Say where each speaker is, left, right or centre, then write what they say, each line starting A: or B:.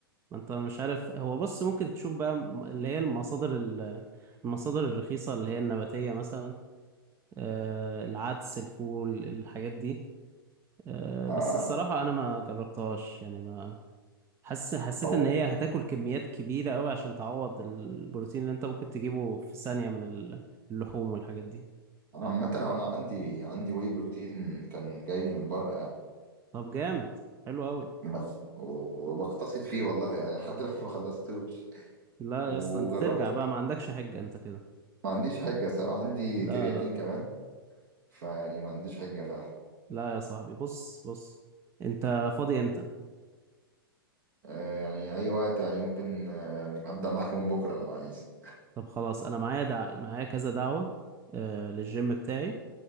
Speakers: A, on the right; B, on the right.
A: ما انت مش عارف هو بص ممكن تشوف بقى م- اللي هي المصادر ال- المصادر الرخيصة اللي هي النباتية مثلا آه، العدس الفول الحاجات دي آه،
B: آه
A: بس الصراحة أنا ما جربتهاش يعني ما حس حسيت
B: او
A: إن هي هتاكل كميات كبيرة أوي عشان تعوض البروتين اللي أنت ممكن تجيبه في ثانية من ال- اللحوم والحاجات دي
B: عامة أنا أنا عندي عندي واي بروتين كان جاي لي من بره يعني
A: طب جامد حلو أوي
B: بس و- وبقتصد فيه والله يعني لحد دلوقتي <laughs> ما خلصتوش
A: لا
B: وجربت
A: يا اسطى أنت ترجع بقى ما عندكش حجة أنت كده
B: ما عنديش حجة صراحة عندي
A: لا
B: كرياتين
A: لا
B: كمان فيعني ما عنديش حجة فعلا
A: لا يا صاحبي بص بص أنت فاضي إمتى
B: آه، يعني أي وقت يعني ممكن آه، أبدأ معاك من بكرة لو عايز
A: طب خلاص انا معايا دع... معايا كذا دعوة آه للجيم بتاعي